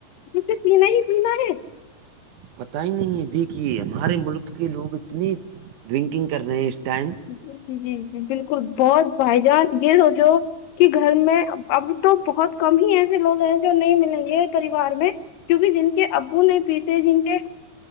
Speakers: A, on the left; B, on the right.
A: کے پینا ہی پینا ہے
B: پت ہی نہیں ہے دیکھیے ہمارے ملک کے لوگ اتنی ڈرنکنگ کر رہے ہیں اس ٹائم
A: جی جی جی بالکل بہت بھائی جان یہ سوچو کہ گھر میں اب تو بہت کم ہی ایسے لوگ ہیں جو نہیں ملیں گے پریوار میں کیونکہ جن کے ابو نہیں پیتے جن کے